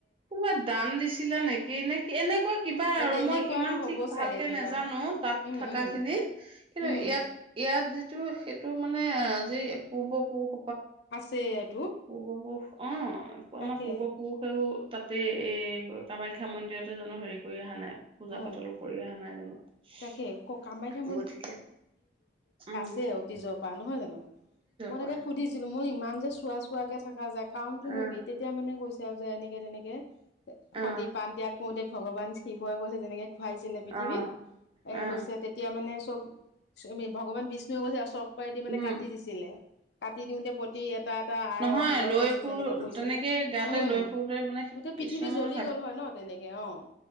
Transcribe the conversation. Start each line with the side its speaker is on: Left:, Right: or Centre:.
Right: কোনোবাই দান দিছিলে নেকি নে এনেকুৱা কিবা
Left: অ
Right: আৰু
Left: তেনেকুৱা
Right: মই ইমান
Left: হ'ব
Right: ঠিক
Left: চাগে
Right: ভালকে
Left: কিবা
Right: নাজানো তাত
Left: উম
Right: থকা
Left: উম
Right: খিনি কিন্তু
Left: উম
Right: ইয়াত, ইয়াত যি টো সেটো মানে আজি পূৰ্বপুৰুষ
Left: আছে ইয়াত।
Right: পূৰ্বপুৰুষ, অ' পামা
Left: তাকে
Right: পূৰ্বপুৰুষেও তাতে এ কামাখ্যা মন্দিৰতে জানো হেৰি কই আহা নাই। পূজা
Left: অ
Right: পাতলো কৰি আহা নাই জানো।
Left: তাকে ক কামাখ্যা
Right: গতিকে, উ।
Left: তে অতীজ পা নহয় জানো? মই
Right: পৰা
Left: তাকে সুধিছিলো মোনি ইমান যে চোৱা চোৱাকে থাকা যায় কাৰণতোনো
Right: অ
Left: কি? তেতিয়া মানে কৈছে আও যে এনেকে তেনেকে। সতি
Right: অ
Left: পান ত্যাগ কওঁতে ভগৱান শিৱই কৈছে তেনেকে ভৱাইছিলে পৃথিৱীত।
Right: অ
Left: এ
Right: অ
Left: কৈছে তেতিয়া মানে চব, চমি ভগৱান বিচ নুৱেও কৈছে চক্ৰই দি মানে
Right: উম
Left: কাটি দিছিলে। কাটি দিওঁতে প্ৰতি এটা এটা আই
Right: নহয়
Left: অংগ
Right: লৈ
Left: কৈছিল
Right: ফুৰো
Left: তেনেকে পইছিলে।
Right: তেনেকে গাতে
Left: উম
Right: লৈ ফুৰোতে মানে
Left: গোটেই
Right: কৃষ্ণই
Left: পৃথিৱী
Right: মানে
Left: জ্বলি গ'ল হয় ন তেনেকে অ'।